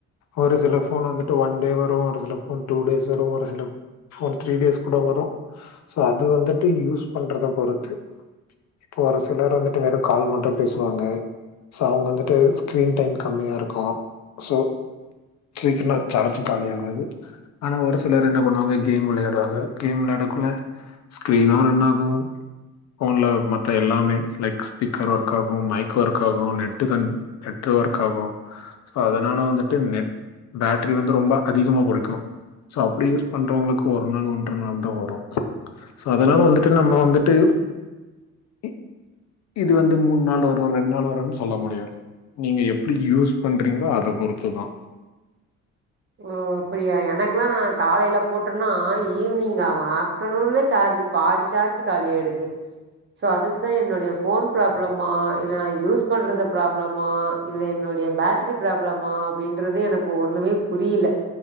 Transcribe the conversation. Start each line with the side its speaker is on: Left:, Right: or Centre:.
Left: ஒரு சில ஃபோன் வந்துட்டு ஒன்டே வரு ஒரு சில ஃபோன் டூ டேஸ் வரு ஒரு சில ஃபோன் த்ரீ டேஸ் கூட வரு சோ அது வந்துட்டு யூஸ் பண்றத பொறுத்து இப்ப ஒரு சிலர் வந்துட்டு வெறு கால் மட்டு பேசுவாங்க சோ அவ்ங் வந்துட்டு ஸ்கிரீன் டைம் கம்மியாருக்கு சோ சீக்கிர்மா சார்ஜு காலி ஆகாது ஆனா ஒரு சிலர் என்ன பண்ணுவாங்க கேம் விளையாடுவாங்க கேம் விளாட குள்ள ஸ்க்ரினு ரன்னாகு ஃபோன்ல மத்த எல்லாமே ட்ஸ் லைக்ஸ் ஸ்பீக்கர் ஒர்க் ஆகு மைக் ஒர்க் ஆகு நெட்டு க நெட்டு ஒர்க் ஆகு அதனால வந்துட்டு நெட் பேட்ரி வந்து ரொம்ப அதிகமா புடிக்கு சோ அப்படி யூஸ் பண்றவங்களுக் ஒரு நாள் ஒன்ற நாள் தா வரு சோ அதனால வந்துட்டு நம்ம வந்துட்டு இ இது வந்து மூண் நாள் வரு ரெண்டு நாள் வருன் சொல்ல முடியாது நீங்க எப்டி யூஸ் பண்றீங்ளோ அத பொறுத்துதா
Right: ஓ அப்படியா எனக்லா நா காலையில போட்டனா ஈவினிங் ஆவு ஆஃப்டர்நூன்ல சா ர்ஜி பாதி சார்ஜி காலியாயிடுது சோ அதுக்குதா என்னுடைய ஃபோன் ப்ராப்ளமா இல்ல நா யூஸ் பண்றது ப்ராப்ளமா இல்ல என்னோ டிய பேட்ரி ப்ராப்ளமா அப்னடின்றது எனக்கு ஒண்ணுமே புரியல